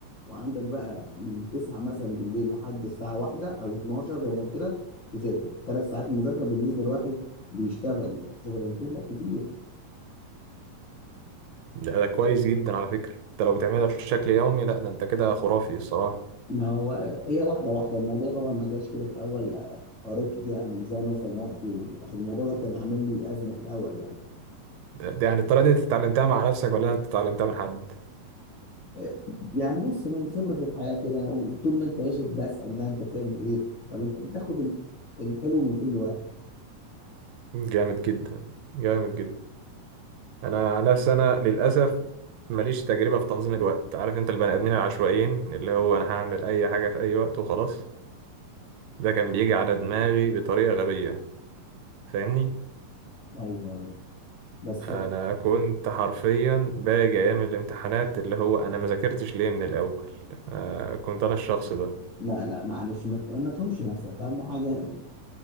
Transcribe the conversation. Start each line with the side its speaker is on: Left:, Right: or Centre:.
Left: وعندك بقى من 9 مثلا بالليل لحد الساعه 1 او 12 زي ما قلت لك تذاكر ثلاث ساعات مذاكره بالنسبه لواحد بيشتغل شغلانتين لا كتير
Right: ده, ده كويس جدا على فكرة انت لو بتعملها بشكل يومي لا ده انت كده خرافي الصراحة
Left: ما هو هي واحده واحده الموضوع طبعا ما جاش كده في الاول آه، قريت كتير عن ازاي انظم وقتي وعشان الموضوع ده كان عامل لي ازمه في الاول يعني
Right: ده, ده يعني الطريقة دي انت اتعلمتها مع نفسك ولا انت اتعلمتها من حد
Left: آه، يعني بص من خبره الحياه كده طول ما انت ماشي بسال ده انت بتعمل ايه طب انت بتاخد ال- الحلو من كل واحد
Right: جامد جدا جامد جدا انا عن نفسي انا للاسف ماليش تجربة في تنظيم الوقت عارف انت البني ادمين العشوائيين اللي هو انا هعمل اي حاجة في اي وقت وخلاص ده كان بيجي على دماغي بطريقة غبية فاهمني
Left: ايوه ايوه بس
Right: انا كنت حرفيا باجي ايام الامتحانات اللي هو انا ما ذاكرتش ليه من الاول آه كنت انا الشخص ده
Left: لا لا معلش ما ت- ما تلومش نفسك اهم حاجه